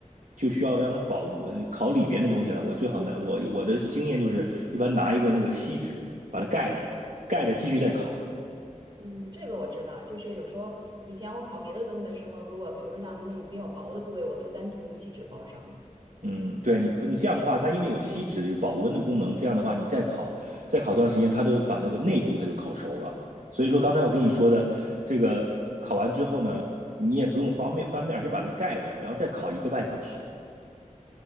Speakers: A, on the right; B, on the right.
A: 就需要让它保呃烤里边的东西了。我最好拿我我的经验就是，一般拿一个那个锡纸把它盖着，盖着继续再烤。
B: 嗯，这个我知道，就是有时候以前我烤别的东西的时候，如果比如说像那种比较薄的部位，我都单独用锡纸包上。
A: 嗯，对，你不你这样的话，它因为有锡纸有保温的功能，这样的话你再烤再烤段时间，它就把那个内部它就烤熟了。所以说刚才我跟你说的，这个烤完之后呢，你也不用方便翻面，就把它盖着，然后再烤一个半小时。